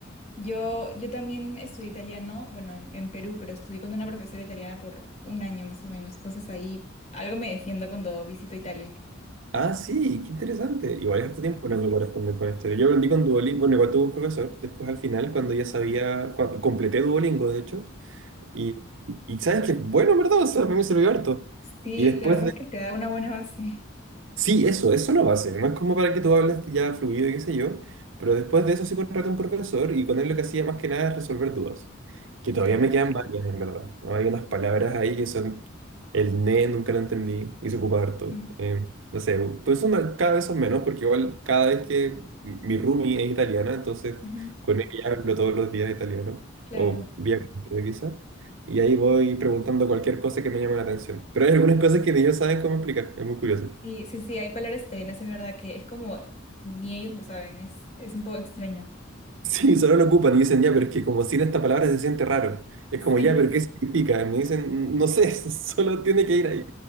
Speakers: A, on the left; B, on the right.
A: Yo, yo también estudié italiano, bueno, en, en Perú, pero estudié con una profesora italiana por un año más o menos. Entonces ahí algo me defiendo cuando visito Italia.
B: Ah, sí, qué interesante. Igual es harto tiempo lo que puedo responder con esto. Yo aprendí con Duolingo, bueno, igual tuve un profesor, después al final, cuando
A: Ujú.
B: ya sabía, cuando completé Duolingo, de hecho, y, y sabes que, bueno, en ¿verdad? O sea, a mí me sirvió harto.
A: Sí,
B: Y después
A: la verdad es que te da una buena base.
B: Sí, eso, eso lo va a base, más como para que tú hables ya fluido y qué sé yo, pero después de eso sí contraté a un profesor y con él lo que hacía más que nada es resolver dudas, que todavía
A: Claro.
B: me quedan varias en verdad. Hay unas palabras ahí que son el ne, nunca lo entendí y se ocupa harto.
A: Ujú.
B: Eh, no sé, pues son cada vez son menos porque igual cada vez que mi roomie es italiana, entonces
A: Ujú.
B: con ella hablo todos los días italiano
A: Claro.
B: o vía video quizá. Y ahí voy preguntando cualquier cosa que me llame la atención. Pero hay algunas cosas que ni ellos saben cómo explicar. Es muy curioso.
A: Y sí, sí, hay palabras italianas, es verdad que es como ni ellos lo saben, es, es un poco extraño.
B: Sí, solo lo ocupan y dicen, ya, pero es que como sin esta palabra se siente raro. Es
A: Sí.
B: como, ya, pero ¿qué significa? Y me dicen, no sé, <laughs> solo tiene que ir ahí.